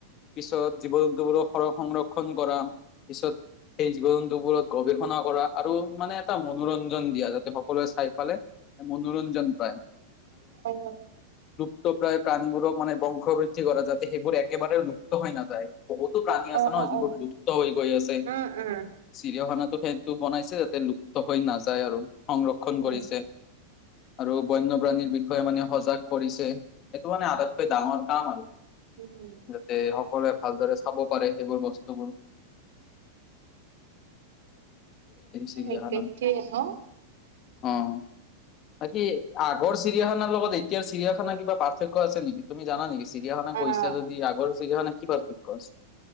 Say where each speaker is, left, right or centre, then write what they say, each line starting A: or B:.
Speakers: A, on the left; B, on the right.
A: পিছত জীৱ জন্তুবোৰক সৰ সংৰক্ষন কৰা, পিছত সেই জীৱ জন্তুবোৰক গৱেষণা কৰা আৰু মানে এটা মনোৰঞ্জন দিয়া। যাতে সকলোৱে চাই পালে মনোৰঞ্জন পায়।
B: অ,
A: ত প্ৰায় প্ৰাণীবোৰক মানে বংশ বৃদ্ধি কৰা যাতে সেইবোৰ একেবাৰে লুপ্ত হৈ নযায়। বহুতো প্ৰাণী
B: অ
A: আছে ন?
B: অ
A: যিবোৰ
B: অ
A: লুপ্ত হৈ গৈ আছে।
B: উম উম
A: চিৰিয়াখানাত, ত সেইটো বনাইছে যাতে লুপ্ত হৈ নাযায় আৰু সংৰক্ষণ
B: উম
A: কৰিছে। আৰু বন্যপ্ৰাণীৰ বিষয়ে মানে সজাগ কৰিছে। এইটো মানে আটাইতকৈ ডাঙৰ কাম হ'ল
B: উম
A: যাতে সকলোৱে ভালদৰে চাব পাৰে সেইবোৰ বস্তুবোৰৰ চিৰিয়াখানা
B: অ'একেঠেই ন
A: অ' বাকি আগৰ চিৰিয়াখানাৰ লগত এতিয়াৰ চিৰিয়াখানা কিবা পাৰ্থক্য আছে নেকি? তুমি জান নেকি? চিৰিয়াখানা
B: আহ
A: গৈছা যদি আগৰ চিৰিয়াখানাত কি পাৰ্থক্য আছে।